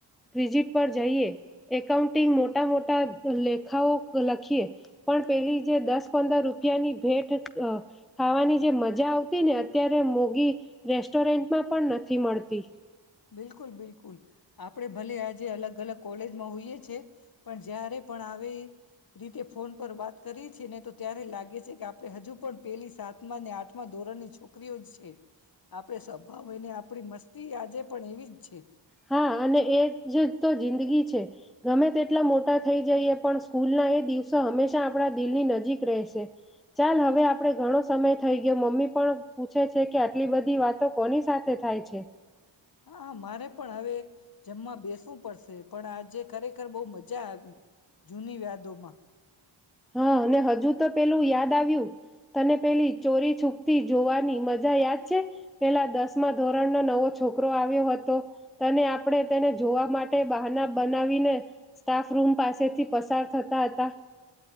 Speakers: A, in the centre; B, on the left.
A: વિઝિટ પર જઈએ એકાઉન્ટિંગ મોટા મોટા લેખાઓ લખીએ પણ પેલી જે દસ પંદર રૂપિયાની ભેટ અહ ખાવાની જે મજા આવતી ને અત્યારે મોગી રેસ્ટોરેન્ટમાં પણ નથી મળતી.
B: બિલકુલ બિલકુલ આપડે ભલે આજે અલગ અલગ કોલેજમાં હોઈએ છે પણ જ્યારે પણ આવે રીતે ફોન પર વાત કરીએ છીએ ને તો ત્યારે લાગે છે કે આપણે હજુ પણ પેલી સાતમા ને આઠમા ધોરણની છોકરીઓ જ છે. આપડે સ્વભાવ હોયને આપડી મસ્તી આજે પીજ છે.
A: હા અને એ જ તો જિંદગી છે ગમે તેટલા મોટા થઈ જઈએ પણ સ્કૂલના એ દિવસો હંમેશા આપણા દિલની નજીક રહેશે ચાલ, હવે આપણે ઘણો સમય થઈ ગયો મમ્મી પણ પૂછે છે કે આટલી બધી વાતો કોની સાથે થાય છે?
B: હા, મારે પણ હવે જમવા બેસવું પડશે. પણ આજે ખરેખર બહુ મજા આવી જૂની યાદોમાં.
A: હા અને હજુ તો પેલું યાદ આવ્યું તને પેલી ચોરી છૂપતી જોવાની મજા યાદ છે? પેલા દસમા ધોરણનો નવો છોકરો આવ્યો હતો તને આપણે તેને જોવા માટે બહાના બનાવીને સ્ટાફરૂમ પાસેથી પસાર થતા હતા.